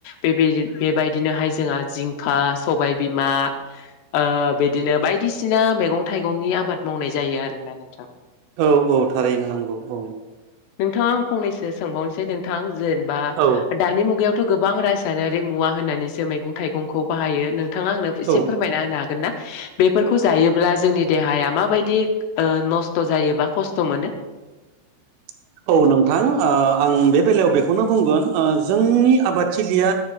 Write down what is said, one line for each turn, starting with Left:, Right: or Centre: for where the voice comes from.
Left: बेबाय बेबायदिनो हाय जोंहा जिंखा सबाय बिमा ओ बिदिनो बायदि सिना मैगं थाइगंनि आबाद मावनाय जायो आरोना नोंथां।
Right: औ औ थारैनो नंगौ औ।
Left: नोंथाङा आं फंनैसो सोंबावनसै नोंथां जेनबा
Right: औ
Left: दानि मुगायाव थ' गोबां रासायनारिक मुवा होनानैसो मैगं थाइगंखौ बाहायो नोंथाङा आंनो एसे
Right: औ
Left: फोरमायना होनो हागोन ना? बेफोरखौ जायोब्ला जोंनि देहाया माबायदि ओ नस्थ' जायोबा खस्थ' मोनो
Right: <inaudible> औ नोंथां ओ आं बे बेलायाव बेखौनो बुंगोन ओ जोंनि आबाद थिलिया